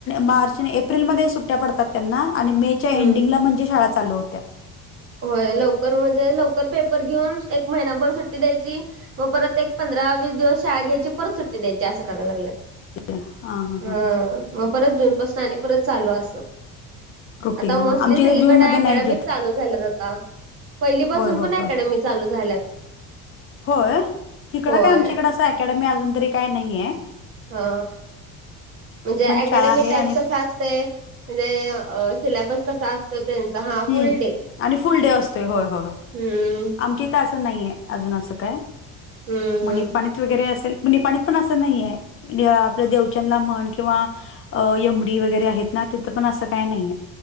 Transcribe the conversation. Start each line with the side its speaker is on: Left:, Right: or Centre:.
Left: मार्च एप्रिलमध्येध्ये सुट्ट्या पडतात त्यांना आणि मेच्या
Right: हम्म
Left: एंडिंगला म्हणजे शाळा लू होत्या.
Right: होय लवकर म्हणजे लवकर पेपर घेऊन एक महिनाभर सुट्टी द्यायची. मग परत एक पंधरा वीस दिवस शाळा घ्यायची परत सुट्टी द्यायची असं करायला लागल.
Left: ह ह.
Right: ह मग परत जूनपासून आणि परत चालू असं.
Left: रुटीन
Right: आता मोस्टली
Left: हा आमच्या
Right: सगळीकडे
Left: इथे जून मध्ये
Right: अकॅडमीच
Left: नाही घेत
Right: चालू. झा आता पहिली
Left: होय
Right: पाासून
Left: होय
Right: पण
Left: होय
Right: अॅडमी चालू झाल्यात.
Left: होय इकडं
Right: होय
Left: काय आमच्याकड असं अकॅडमी अजून तरी काय नाही आहे.
Right: हा म्हणजे अकॅडेमीिक
Left: शाळा आहे
Right: टाईप
Left: आणि
Right: कसा असतंय. म्हणजे सिलेबस कसा असतो त्यांचा हा.
Left: हम्
Right: फुल डे
Left: आणि फुल डे असते होय होय
Right: हम्म
Left: आमची तास. नाही अजून अस काय
Right: हम्म
Left: म्हण पणित वगैरे असेल. नि पाणी पण असं नाही आहे आपलं देवचंना म्हण किंवा अ यमडी वगैरे आहेत ना तिथं पण असं काय नाहीय.